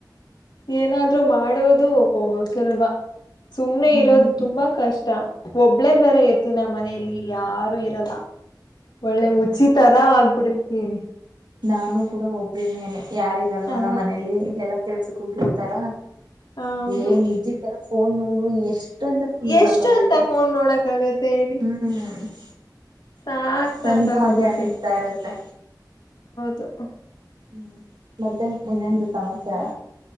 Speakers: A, on the left; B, on the right.
A: ಏನಾದ್ರೂ ಮಾಡೋದು ಸುಲಭ ಸುಮ್ಮ್ನೆ
B: ಹ್ಮ್
A: ಇರೋದ್ ತುಂಬಾ ಕಷ್ ತ ಒಬ್ಳೇ ಬೇರೆ ಇರ್ತಿನ ಮನೇಲಿ ಯಾರು ಇರಲ್ಲ
B: ಹ್ಮ್
A: ಒಳ್ಳೆ ಹುಚ್ಚಿತರ ಆಗ್ಬಿಡ್ತೀನಿ
B: ನಾನು ಕೂಡ ಒಬ್ಳೆನೆ ಯಾರಿರಲ್ಲ
A: ಆ
B: ನಮ್ ಮನೇಲಿ ಎಲ್ಲ ಕೆಲ್ಸಕ್ ಹೋಗಿರ್ತರ
A: ಹೌದು
B: ಡೇ ಹುಚ್ಚಿತರ ಫೋನ್ ನೋಡ್ ಎಷ್ಟ ಅಂತ ಫೋನ್ ನೋಡಕ್
A: ಎಷ್ಟು
B: ಆಗುತ್ತೆ.
A: ಅಂತ ಫೋನ್ ನೋಡಕ್ ಆಗತ್ತೆ ಹೇಳಿ
B: ಹ್ಮ್ <unintelligible>
A: ಸಾಕ್ ಸಾಕಾಗೋಗುತ್ತೆ
B: ನನ್ಗೂ ಹಾಗೆ ಅನಿಸ್ತಾ ಇರುತ್ತೆ.
A: ತ ಹ
B: ಹ್ಮ ಮತ್ತೆ ಇನ್ನೆಂದು ಸಮಾಚಾರ